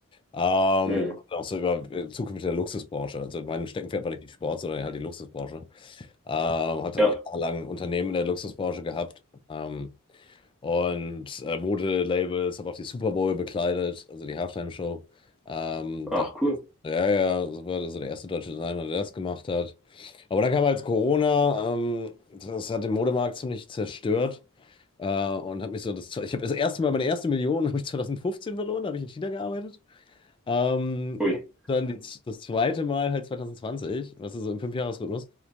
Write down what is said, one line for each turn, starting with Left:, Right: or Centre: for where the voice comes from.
Left: Ähm,
Centre: mhm.
Left: auch so über äh, Zukunft der Luxusbranche. Also mein Steckenpferd war nicht die Sport, sondern halt die Luxusbranche. Ähm, hatte
Centre: Ja,
Left: auch jahrelang Unternehmen in der Luxusbranche gehabt. Ähm, und äh, Modelabels, habe auch die Super Bowl bekleidet, also die Halftime-Show. Ähm,
Centre: ach
Left: da,
Centre: cool.
Left: ja, ja, das war also der erste deutsche Designer, der das gemacht hat. Aber dann kam halt Corona, ähm, das hat den Modemarkt ziemlich zerstört. Äh, und habe mich so das, ich habe das erste Mal meine erste Million <laughs> habe ich 2015 verloren, da habe ich in China gearbeitet. Ähm,
Centre: Ui.
Left: und dann die, das zweite Mal halt 2020, was ist so im Fünfjahresrhythmus,